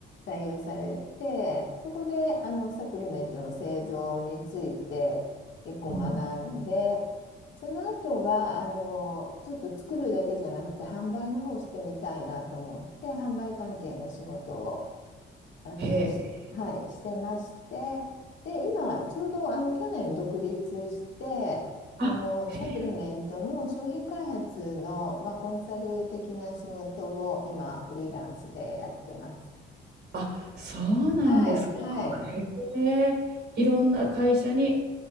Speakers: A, on the left; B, on the right.
A: 採用されて、そこで、あの、サプリメントの製造について結構学んで、
B: うん。
A: その後は、あの、ちょっと作るだけじゃなくて、販売の方をしてみたいなと思って、販売関係の仕事を、あの、
B: へえ。
A: しはい、してまして、で、今、ちょうど、あの、去年独立して、
B: あ、
A: あの、
B: へえ。
A: サプリメントの商品開発の、まあ、コンサル的な仕事を今、フリーランスでやってます。
B: あ、そうなんですか。
A: はい、はい。
B: へえ。いろんな会社に